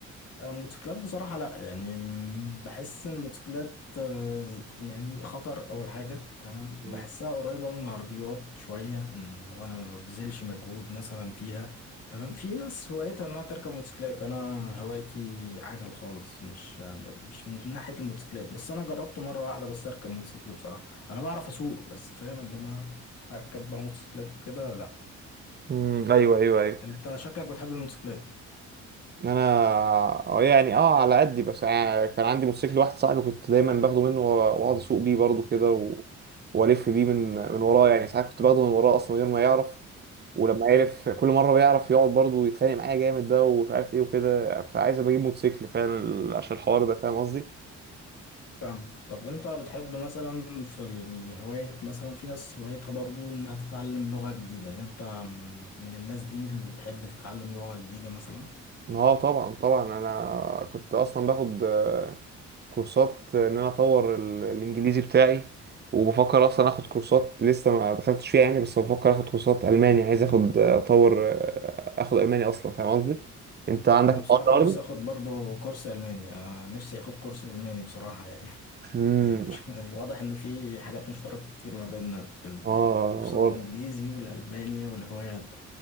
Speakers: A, on the left; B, on the right.
A: آه، موتوسيكلات بصراحة لا يعني م- بحس إن الموتوسيكلات آه، ز- يعني خطر أول حاجة تمام
B: مم.
A: بحسها قريبة من العربيات شوية اللي هو أنا ما ببذلش مجهود مثلا فيها تمام في ناس هوايتها إنها تركب موتوسيكلات أنا هوايتي عجل خالص مش آه، م- مش من ناحية الموتوسيكلات بس أنا جربت مرة واحدة بس أركب موتوسيكل بصراحة أنا بعرف أسوق بس فاهم إن أنا أركب بقى موتوسيكلات وكده لا
B: امم ايوه ايوه ايوه
A: أنت شكلك بتحب الموتوسيكلات
B: انا آه، يعني اه على قدي بس يعني كان عندي موتوسيكل واحد صاحبي كنت دايما باخده منه ورا- واقعد اسوق بيه برضه كده و... والف بيه من من وراه يعني ساعات كنت باخده من وراه اصلا من غير ما يعرف ولما عرف كل مره بيعرف يقعد برضه ويتخانق معايا جامد ده ومش عارف ايه وكده فعايز ابقى اجيب موتوسيكل فعلا عشان الحوار ده فاهم قصدي
A: فاهم طب انت بتحب مثلا في الهواية مثلا في ناس هوايتها برضو انها تتعلم لغة جديدة يعني انت من من الناس دي اللي تحب تتعلم لغة جديدة مثلا
B: اه طبعا طبعا انا كنت اصلا باخد آه، كورسات ان انا اطور ال- الانجليزي بتاعي وبفكر اصلا اخد كورسات لسه ما دخلتش فيها يعني بس بفكر اخد كورسات الماني عايز اخد آه، اطور آه، اخد الماني اصلا فاهم قصدي انت عندك
A: انا
B: الحوار
A: بصراحة
B: ده برضه
A: نفسي اخد برضو كورس الماني انا نفسي اخد كورس الماني بصراحة يعني <laughs>
B: امم
A: يعني واضح ان في حاجات مشتركة كتير ما بيننا في
B: اه
A: الكورسات الانجليزي والالماني والهوايات